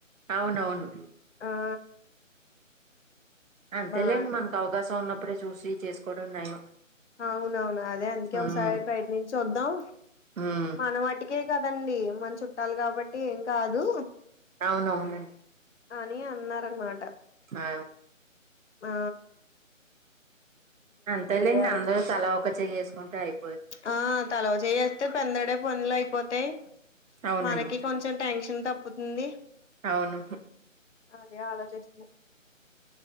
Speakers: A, on the right; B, on the left.
A: అవునవును
B: ఆ
A: అంతేలేండి
B: బానే
A: మనకు అవకాశం ఉన్నప్పుడే చూసి చేసుకోవడం నయం
B: అవునవును అదే అందుకే
A: ఉమ్
B: ఒకసారి ప్రయత్నించి చూద్దాం
A: ఉమ్
B: మన వాటికే కదండీ మన చుట్టాలు కాబట్టీ ఏం కాదూ
A: అవునవునండ్
B: అనీ అన్నారనమాట
A: ఆ
B: మా
A: అంతేలేండి
B: ఆలోచిస్తు
A: అందరూ తలా ఒక చెయ్యి ఏసుకుంటే అయి
B: ఆ తలా ఓ చేయేస్తే పందడే పనులు అయిపోతయ్
A: అవునండి
B: మనకి కొంచెం టెన్షన్ తప్పుతుంది
A: అవును
B: అదే ఆలోచిస్తున